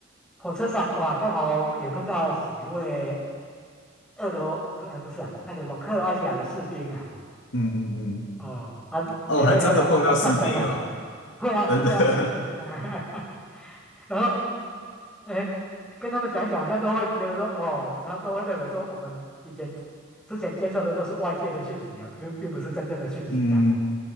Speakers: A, in the centre; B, on the left.
A: 火车上，哇，刚好也碰到几位俄罗不呃不是啊，那个什么克罗埃西亚的士兵啊，
B: 嗯嗯嗯，
A: 哦，啊也会聊聊他们的战争啊，
B: 哦，还真的碰到士兵哦，
A: 会啊会啊，
B: 真的。
A: 哎，就是 <laughs>。然后，哎，跟他们讲一讲，好像都会觉得说，哦，他都会认为说，我们以前之之前接受的都是外界的讯息啊，并并不是真正的讯息啊。
B: <laughs> 嗯，